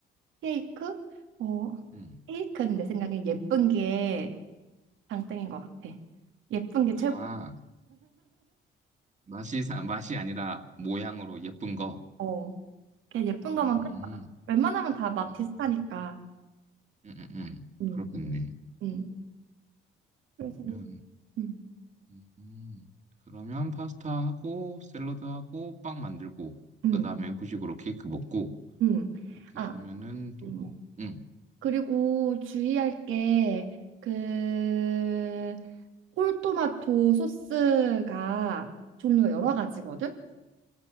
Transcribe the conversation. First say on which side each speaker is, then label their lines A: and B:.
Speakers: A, on the right; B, on the right.
A: 케이크? 어,
B: 음.
A: 케이크는 내 생각엔 예쁜 게 장땡인 것 같아. 예쁜 게 최고.
B: 아 맛이 사- 맛이 아니라 모양으로 예쁜 거.
A: 어, 그냥 예쁜 거만
B: 음.
A: 끝나. 웬만하면 다 맛
B: 음.
A: 비슷하니까.
B: 음, 음, 음.
A: 음,
B: 그렇겠네.
A: 음. 그래서,
B: 그러면,
A: 음,
B: 음, 음. 그러면 파스타하고 샐러드하고 빵 만들고,
A: 음,
B: 그 다음에 후식으로 케이크 먹고,
A: 음.
B: 이렇게
A: 아,
B: 하면은 되고,
A: 음.
B: 응,
A: 그리고 주의할 게, 그, 홀토마토 소스가 종류가 여러 가지거든?